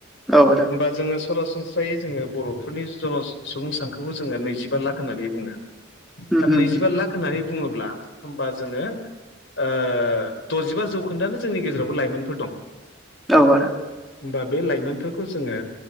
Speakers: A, in the centre; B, on the left (about 65°).
A: औ आद
B: बा जोङो सरासनस्रायै जोङो बर'फोरनि जन' सुबुं सानखोखौ जोङो नैजिबा लाख होननानै बुङो।
A: <inaudible>
B: आरो
A: उम
B: नैजिबा लाख होननानै बुङोब्ला होमबा जोङो ओ द'जिबा जौखोन्दआानो जोंनि गेजेरावबो लाइमोनफोर दं।
A: औ आदा।
B: होमबा बे लाइमोनफोरखौ जोङो